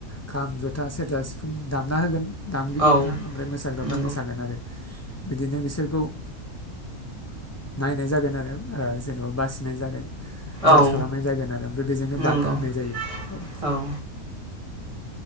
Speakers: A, on the left; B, on the right.
A: खाम जथा सेरजा सिफुं दामना होगोन दामगिरिफ्रा
B: औ
A: ओमफ्राय मोसाग्राफ्रा
B: नंगौ
A: मोसागोन आरो बिदिनो बिसोरखौ ओ नायनाय जागोन आरो ओ जेनेबा बासिनाय जागोन जाज
B: औ
A: खालामनाय जागोन आरो ओमफ्राय बेजोंनो बान्था
B: नंगौ
A: होनाय जायो औ
B: औ